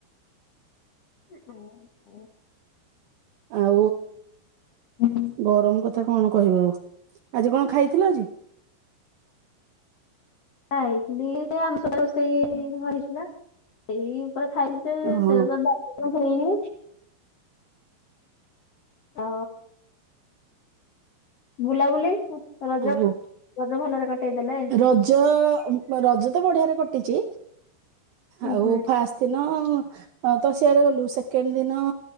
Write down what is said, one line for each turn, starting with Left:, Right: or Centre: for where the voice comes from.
Left: <unintelligible>
Right: ଆଉ
Left: ହୁଁ
Right: ଗରମ କଥା କଣ କହିବ ଆଉ ଆଜି କଣ ଖାଇଥିଲ ଆଜି
Left: ଖାଇଥିଲି ଆମିଶ ରୋଷେଇ ଘ ହେଇଥିଲା। ସେଇ ଉପରେ ଖାଇେ
Right: ହଁ
Left: ସେ <inaudible> ହେଇନି ଆ ବୁଲାବୁଲି ରଜ
Right: ଆଉ
Left: ରଜ ଭଲରେ କଟେଇ ଦେଲେ।
Right: ରଜ ଅ ରଜ ତ ବଢିଆରେ କଟିଚି
Left: ଉଁ
Right: ଆଉ
Left: ହୁଁ
Right: ଫାଷ୍ଟ ଦିନ ଫାଷ୍ଟ୍ ତ ସିଆଡେ ଗଲୁ ସେକେଣ୍ଡ୍ ଦିନ